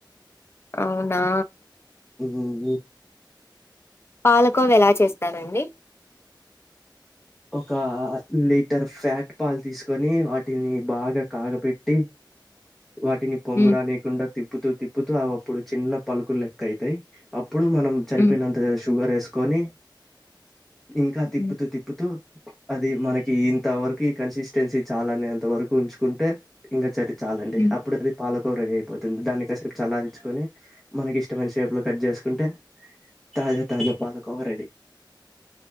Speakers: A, on the left; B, in the centre.
A: ఔనా?
B: ఉమ్మ్ హూ
A: పాలకోవ ఎలా చేస్తారండి?
B: ఒక లీటర్ ఫ్యాట్ పాల్ తీసుకొని వాటిని బాగా కాగపెట్టి వాటిని పొంగురానీకుండా
A: మ్మ్
B: తిప్పుతూ తిప్పుతూ అవి అప్పుడు చిన్న పలుకులు లెక్క అవుతాయ్ అప్పుడు మనం చరిపోయ్నంత
A: మ్మ్
B: షుగర్ వేసుకొని ఇంకా తిప్పుతూ
A: మ్మ్
B: తిప్పుతూ అది మనకి ఇంత వరకు ఈ కన్సిస్టెన్సీ చాలా అనేంత వరకు ఉంచుకుంటే ఇంకా చరి చాలండి
A: మ్మ్
B: అప్పుడు అది పాలకూ రెడీ ఐ పోతుంది దాన్ని కాసేపు చలారిచ్చుకొని మనకి ఇష్టమైన షేప్ లో కట్ చేసుకుంటే తాజా తాజా పాలకోవ రెడి